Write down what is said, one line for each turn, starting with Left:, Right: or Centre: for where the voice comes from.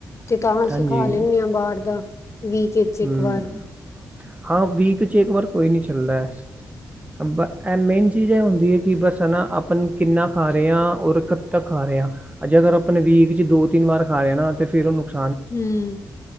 Left: ਤੇ ਤਾਂ ਅਸੀ
Right: ਹਾਂਜੀ
Left: ਖਾ ਲੈਨੇ ਆਂ ਬਾਰ ਦਾ ਵੀਕ ਚ ਇੱਕ
Right: ਹੂੰ,
Left: ਵਾਰ
Right: ਹਾਂ ਵੀਕ ਚ ਏਕ ਵਾਰ ਕੋਈ ਨੀ ਚੱਲਦੈ ਬ ਐ ਮੇਨ ਚੀਜ ਏ ਹੁੰਦੀ ਏ, ਕਿ ਬਸ ਨਾ ਅਪਨ ਕਿੰਨਾ ਖਾ ਰੇ ਆਂ ਔਰ ਕੱਦ ਤੱਕ ਖਾ ਰੇ ਆਂ। ਅਜ ਅਗਰ ਅਪਨੇ ਵੀਕ ਚ ਦੋ-ਤਿੰਨ ਵਾਰ ਖਾਏਆ ਨਾ, ਤੇ ਫਿਰ ਨੁਕਸ
Left: ਹੂੰ,